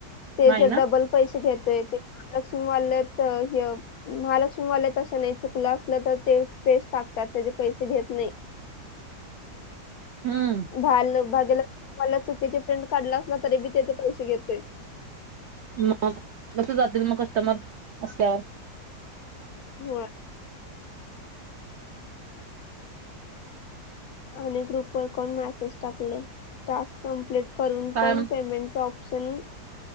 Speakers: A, on the left; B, on the right.
A: त्याच्या
B: नाही ना
A: डबल पैसे घेतय ते महालक्ष्मीवाले ह महालक्ष्मीवाले तशे नाही चुकलं असलं तर ते तेच टाकतात त्याचे पैसे घेत नाही. <unintelligible>
B: हम्म
A: भाग भाग्यलक्ष्मी वाला चुकीची प्रिंट काढला असला तरी बी त्याचे पैसे घेतोय.
B: मग कस जातील मग कस्टमर असल्यावर
A: होय. आणि ग्रुप वर कोण मॅसेज टाकले टास्क कम्प्लीट करून
B: काय
A: पण पेमेंटच ऑप्शन